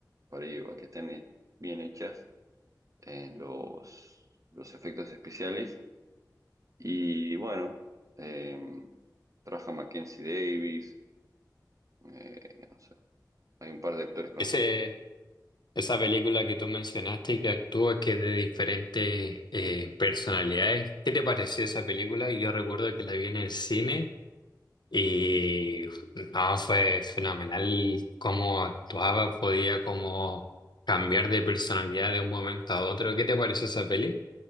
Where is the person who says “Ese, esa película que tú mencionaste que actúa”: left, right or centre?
Left